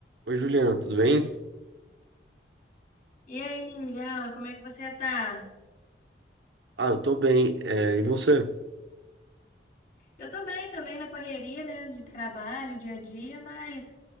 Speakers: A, on the right; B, on the left.
A: Oi, Juliana, tudo bem?
B: E aí, Jean, como é que você tá?
A: Ah, eu tô bem. É, e você?
B: Eu tô bem também na correria, né, de trabalho, dia a dia, mas